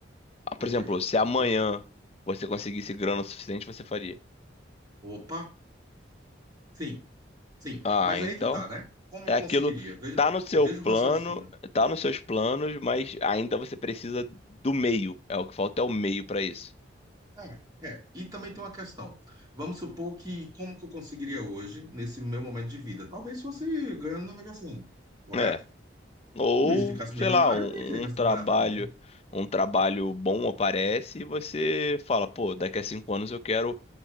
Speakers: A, on the left; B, on the right.
A: Ah, Por
B: perfeito,
A: exemplo, se amanhã
B: perfeito.
A: você conseguisse grana o suficiente, você faria.
B: Opa! Sim, sim.
A: Ah,
B: Mas
A: então
B: aí é que tá, né? Como
A: é
B: eu
A: aquilo
B: conseguiria? Veja,
A: tá no seu
B: veja
A: plano,
B: o raciocínio.
A: tá nos seus planos, mas ainda você precisa do meio. É o que falta é o meio pra isso.
B: É, é. E também tem uma questão. Vamos supor que como que eu conseguiria hoje, nesse meu momento de vida? Talvez fosse ganhando na Mega Sena, correto?
A: É. Ou,
B: Mas Se ficasse milionário,
A: sei lá, um,
B: eu nem ia querer mais
A: um trabalho,
B: trabalhar para ninguém.
A: um trabalho bom aparece e você fala, pô, daqui a cinco anos eu quero